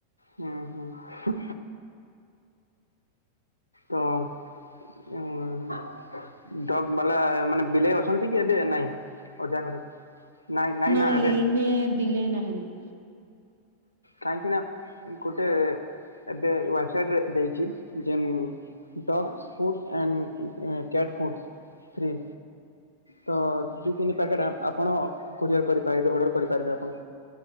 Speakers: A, on the left; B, on the right.
A: ହୁଁ ହୁଁ ତ ଡଗ ବାଲା ମାନେ ବିଲେଇ ଅଛନ୍ତି କି ଏବେ ନାହିଁ ଅଜା ଘରେ ନାଇଁ ନାଇଁ
B: ନା
A: ଏବେ
B: ଏଇନେ ବିଲେଇ ନା ହେ ନ
A: କାହିଁକି ନା ଗୋଟେ ଏବେ ୱେବସାଇଟ୍ରେ ରେ ଦେଇଛି ଯେ dogs food and a cat foods free ତ ଦୁଇ ତିନି ପ୍ୟାକେଟ୍ ଆପଣ କୋରିଅର କରିପାରିବେ ଅର୍ଡ଼ର କରିପାରିବେ ଆପଣ